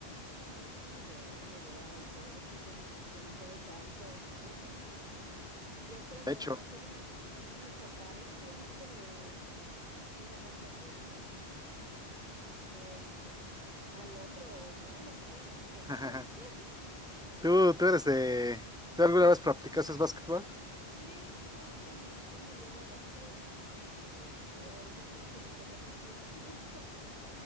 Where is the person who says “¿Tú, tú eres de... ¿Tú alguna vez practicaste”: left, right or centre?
Centre